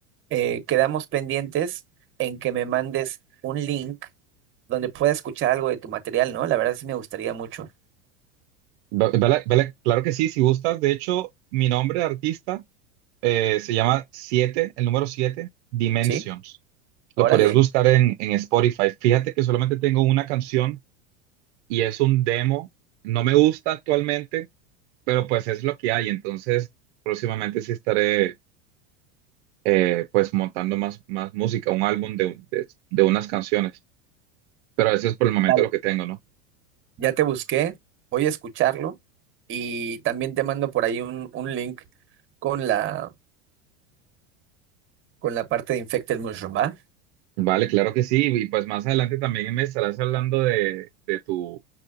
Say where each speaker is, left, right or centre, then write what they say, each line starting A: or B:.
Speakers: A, on the right; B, on the right.
A: Eh, quedamos pendientes en que me mandes un link donde pueda escuchar algo de tu material, ¿no? La verdad sí me gustaría mucho.
B: Ve- vale vele- claro que sí, si gustas. De hecho, mi nombre de artista eh, se llama siete el número siete Dimensions.
A: ¿Sí?
B: Lo
A: Órale.
B: podrías buscar en, en Spotify. Fíjate que solamente tengo una canción y es un demo. No me gusta actualmente, pero pues es lo que hay. Entonces, próximamente sí estaré eh, pues montando más, más música, un álbum de, de, de unas canciones. Pero eso es por el momento
A: Dale.
B: lo que tengo, ¿no?
A: Ya te busqué, voy a escucharlo y también te mando por ahí un, un link con la, con la parte de Infected Mushroom, ¿va?
B: Vale, claro que sí. Y pues más adelante también me estarás hablando de, de tu,